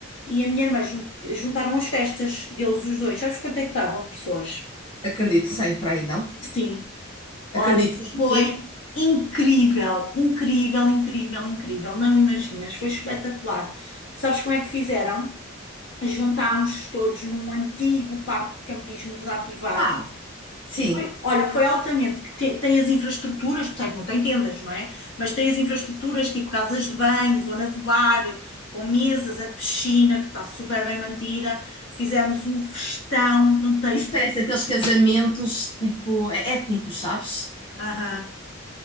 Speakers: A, on the left (about 65°); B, on the left (about 25°).
A: e a minha irmã jun- juntaram as festas deles os dois. Sabes quanto é que estavam de pessoas?
B: Acredito sem para aí não.
A: Sim,
B: Acredito
A: olha, foi
B: em quê?
A: incrível, incrível, incrível, incrível. Não imaginas, foi espetacular. Sabes como é que fizeram? juntámos todos num antigo parque de campismo desativado.
B: Ah, sim.
A: Foi, olha, foi altamente, que te- tem as infraestruturas, portanto, não tem tendas, não é? Mas tem as infraestruturas tipo casas de banho, zona de bar, com mesas, a piscina que está super bem mantida. Fizemos um festão, não tens.
B: Isso parece aqueles casamentos, tipo, é- étnicos, sabes?
A: Aham,